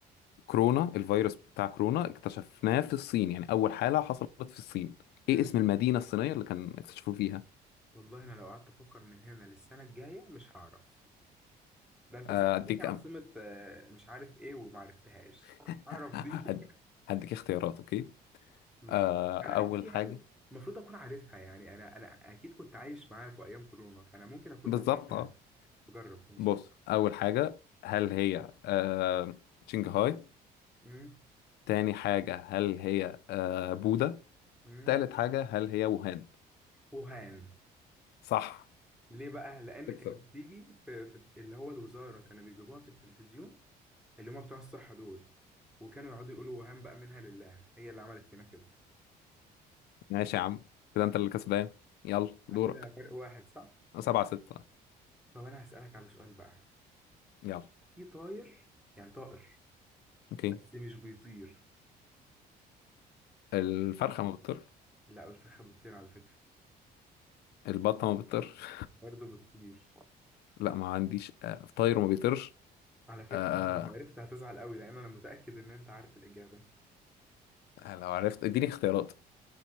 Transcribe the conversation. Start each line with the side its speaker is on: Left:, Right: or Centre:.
Left: كورونا الفيروس بتاع كورونا اكتشفناه في الصين يعني أول حالة حصلت في الصين
Centre: مم.
Left: إيه اسم المدينة الصينية اللي كان اكتشفوه فيها؟
Centre: والله انا لو قعدت افكر من هنا للسنه الجايه مش هعرف ده انت
Left: آه،
Centre: سالتني
Left: أديك
Centre: عاصمه
Left: أم...
Centre: آه، مش عارف ايه وما عرفتهاش
Left: <laughs>
Centre: اعرف دي
Left: هد-
Centre: <laughs>
Left: هديك اختيارات أوكي
Centre: ماشي
Left: آه، أول
Centre: انا اكيد يعني
Left: حاجة
Centre: المفروض اكون عارفها يعني انا انا اكيد كنت عايش معاك وايام كورونا فانا ممكن اكون
Left: بالظبط
Centre: لمحتها
Left: أه
Centre: جرب ماشي
Left: بص أول حاجة هل هي آه، شنغهاي
Centre: مم.
Left: تاني حاجة هل هي آه، بودا
Centre: مم.
Left: تالت حاجة هل هي ووهان
Centre: وهان
Left: صح
Centre: ليه بقى؟ لأن
Left: تكسب
Centre: كانت بتيجي في, في اللي هو الوزارة كانوا بيجيبوها في التلفزيون اللي هم بتوع الصحة دول وكانوا يقعدوا يقولوا وهان بقى منها لله هي اللي عملت فينا كده
Left: ماشي يا عم كده انت اللي كسبان يلا دورك
Centre: أنا كده فرق واحد صح؟
Left: سبعة ستة
Centre: طب أنا هسألك على سؤال بقى
Left: يلا
Centre: في طاير يعني طائر
Left: اوكي
Centre: بس مش بيطير
Left: الفرخة ما بتطيرش
Centre: لا الفخة بتطير على فكرة
Left: البطة ما بتطيرش
Centre: برضه بتطير
Left: <laughs> لا ما عنديش آه، طاير وما بيطيرش
Centre: على فكرة
Left: آه،
Centre: أنت لو عرفت هتزعل قوي لأن أنا متأكد إن أنت عارف الإجابة
Left: آه، لو عرفت اديني اختيارات